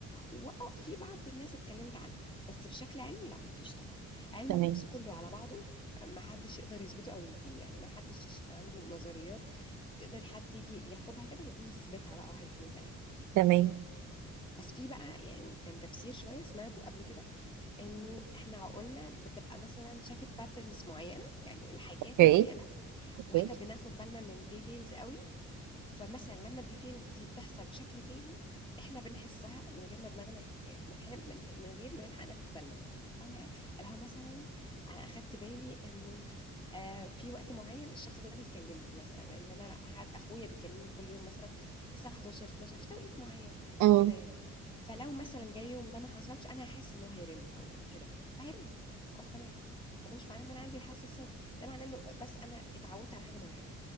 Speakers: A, on the left (about 15°); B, on the right (about 80°).
A: وفي بعض الناس اتكلمت عنها بس بشكل علمي لا ما فيش طبعا علم
B: تمام
A: النفس كله على بعضه ما حدش يقدر يثبته او ينفيه يعني ما حدش عنده نظريات تقدري حد يجي ياخدها كده ويبتدي يثبتها بقى واحد اتنين تلاته
B: تمام
A: بس في بقى يعني كان تفسير شويه سمعته قبل كده انه احنا عقولنا بتبقى مثلا شافت باترنز معينه يعني الحاجات
B: اوكي
A: معينه
B: اوكي
A: واحنا بناخد بالنا من ديتيلز قوي فمثلا لما الديتيلز دي بتحصل بشكل تاني احنا بنحسها من غير ما دماغنا يعني من حين من, من غير ما نلحق ناخد بالنا فاهمة إيه؟ اللي هو مثلا انا اخدت بالي انه آه في وقت معين الشخص ده بيكلمني مثلا ان انا حد اخويا بيكلمني كل يوم مثلا الساعه 11 12 في توقيت معين آه،
B: امم
A: كده يعني فلو مثلا جاي يوم ده ما حصلش انا هحس انه هيرن او كده فهيرن خلاص تمام فده مش معناه ان انا عندي الحساسه ده معناه انه بس انا اتعودت على حاجه معينه